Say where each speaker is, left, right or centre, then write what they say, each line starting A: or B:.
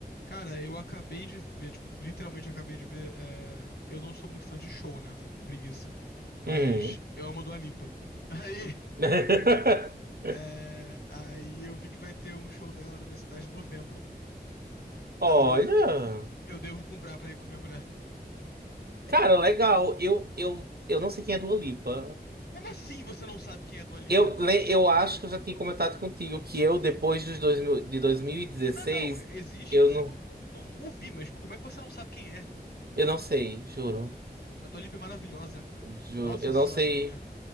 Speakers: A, on the left; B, on the right.
A: Cara, eu acabei de ver, tipo, literalmente acabei de ver. é, Eu não sou muito fã de show, né? Fico com preguiça. Mas
B: Uhum.
A: eu amo a Dua Lipa. <laughs> Aí,
B: <laughs>
A: é, aí eu vi que vai ter um show dela na minha cidade em novembro.
B: Olha,
A: Aí eu devo comprar pra ir com a minha mulher. <laughs>
B: cara, legal. Eu, eu, eu não sei quem é Dua Lipa.
A: Como assim você não sabe quem é a Dua Lipa?
B: Eu, le- eu acho que eu já tinha comentado contigo que eu, depois dos 2000 de 2016,
A: Não, não, é, existe
B: eu
A: e você
B: não,
A: não, não, não ouvi, mas tipo, como é que você não sabe quem é?
B: eu não sei, juro.
A: A Dua Lipa é maravilhosa, cara.
B: Juro,
A: Nossa
B: eu
A: senhora,
B: não sei.
A: que mulher.